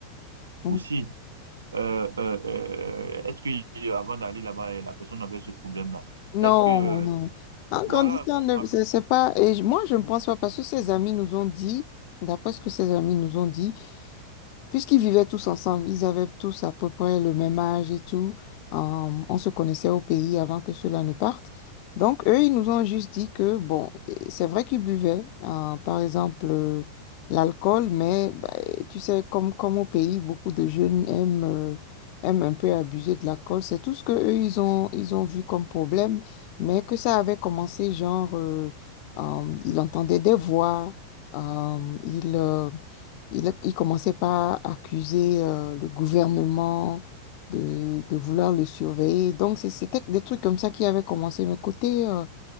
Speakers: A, on the left (about 45°); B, on the right (about 70°).
A: mhm.
B: aussi, euh, euh, euh, est-ce que euh, avant d'aller là-bas, euh, la personne avait ce problème-là?
A: Non,
B: Est-ce que, euh,
A: non. En
B: voilà,
A: grandissant,
B: bon,
A: ne-
B: après,
A: c'est c'est pas. Et je- moi, je ne pense pas parce que ses amis nous ont dit, d'après ce que ses amis nous ont dit, Puisqu'ils vivaient tous ensemble, ils avaient tous à peu près le même âge et tout. euh, on se connaissait au pays avant que cela ne parte. Donc, eux, ils nous ont juste dit que, bon, euh, c'est vrai qu'ils buvaient, euh, par exemple, euh, l'alcool, mais bah, eh, tu sais, comme, comme au pays, beaucoup de jeunes aiment, euh, aiment un peu abuser de l'alcool. C'est tout ce que eux, ils ont, ils ont vu comme problème, mais que ça avait commencé, genre, euh, euh, ils entendaient des voix, euh, ils... euh, il, il commençait par accuser euh, le gouvernement de, de vouloir le surveiller. Donc, c'est- c'était des trucs comme ça qui avaient commencé. Mais côté, euh,